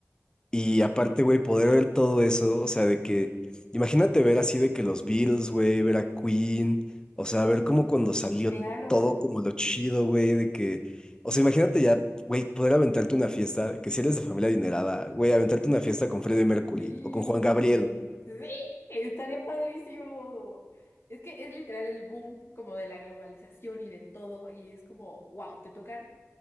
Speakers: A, on the left; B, on the left.
A: Y aparte, güey, poder ver todo eso, o sea, de que, imagínate ver así de que los Beatles, güey, ver a Queen, o sea, ver como cuando salió
B: claro.
A: todo como lo chido, güey, de que, o sea, imagínate ya, güey, poder aventarte una fiesta, que si eres de familia adinerada, güey, aventarte una fiesta con Freddie Mercury
B: Sí,
A: o con Juan Gabriel.
B: sí, estaría padrísimo. Es que es literal el boom como de la globalización y de todo, y es como, wow, te tocan